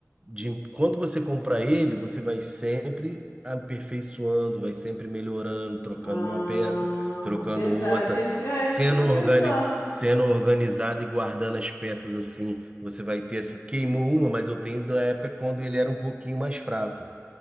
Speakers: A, on the right (about 20°); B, on the left (about 85°).
A: de- quando você comprar ele, você vai sempre aperfeiçoando, vai sempre melhorando, trocando
B: Ah,
A: uma peça, trocando
B: verdade.
A: outra,
B: É isso, que- é
A: sendo
B: isso que eu tô
A: organi-
B: pensando.
A: sendo organizado e guardando as peças assim. Você vai ter assim, queimou uma, mas eu tenho da época quando ele era um pouquinho mais fraco.